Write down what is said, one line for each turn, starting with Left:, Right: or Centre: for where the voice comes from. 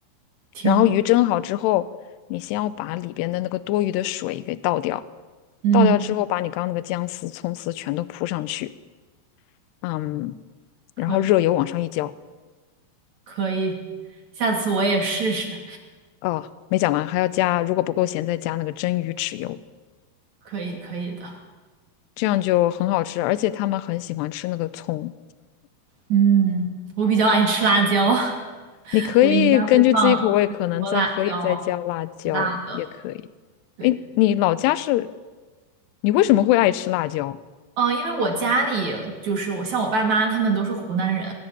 Right: 挺好，
Left: 然后鱼蒸好之后，你先要把里边的那个多余的水给倒掉，
Right: 嗯，
Left: 倒掉之后，把你刚刚那个姜丝、葱丝全都铺上去，嗯，
Right: 可以，
Left: 然后热油往上一浇。
Right: 可以，下次我也试试，
Left: 哦，没讲完，还要加，如果不够咸，再加那个蒸鱼豉油。
Right: 可以，可以的。
Left: 这样就很好吃，而且他们很喜欢吃那个葱。
Right: 嗯，我比较爱吃辣椒，<laughs>
Left: 你可以根据自己口味，
Right: 我应该会放很多辣椒，
Left: 可能再可以再加辣椒，
Right: 辣的。
Left: 也可以。
Right: 对，
Left: 哎，你老家是，你为什么会爱吃辣椒？
Right: 呃，因为我家里就是我像我爸妈他们都是湖南人，